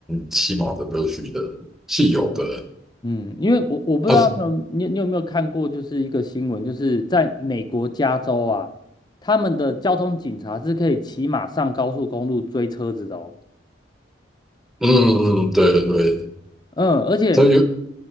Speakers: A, in the centre; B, on the left.
A: 骑马的乐趣的，是有的。
B: 嗯，因为我我不知道你你有没有看过，
A: 啊，
B: 就是一个新闻，就是在美国加州啊，他们的交通警察是可以骑马上高速公路追车子的哦。
A: 嗯，对对对，
B: 嗯，而且
A: 它有